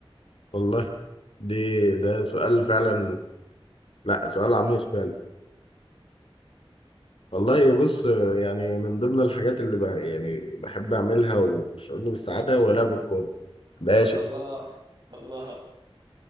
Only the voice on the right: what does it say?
<laughs> الله الله